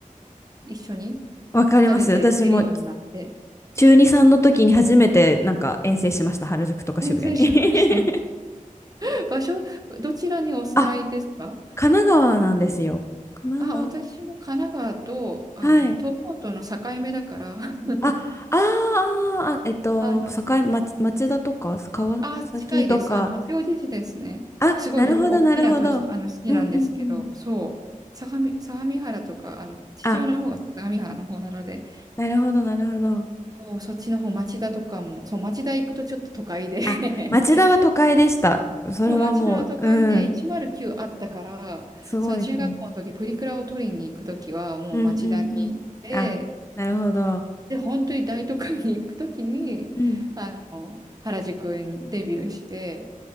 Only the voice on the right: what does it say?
一緒に
2人で行けるようになって、
遠征しました。
<laughs> 場所、どちらにお住まいですか
あ、私も神奈川と、あの、
東京都の境目だから、<laughs>
あの、
あ、近いです。あの、八王子市ですね。
すごいひ大きな都市、
あの、市なんですけど、そう。相模、相模原とか、あの、父親の方が相模原の方なので、
そう、そっちの方、町田とかも、そう、町田行くとちょっと都会で
<laughs>
もう町田は都会で109あったから、
その中学校の時、
プリクラを取りに行く時は、もう町田に行って、
で、本当に大都会に行くときに、
あの、原宿にデビューして、